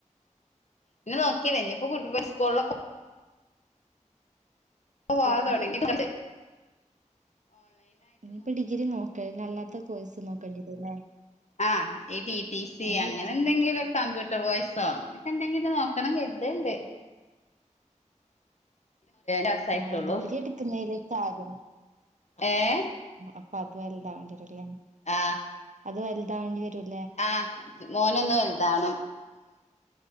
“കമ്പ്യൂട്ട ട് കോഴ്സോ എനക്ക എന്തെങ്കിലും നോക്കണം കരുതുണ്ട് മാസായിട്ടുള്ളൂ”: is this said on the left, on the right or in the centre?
Left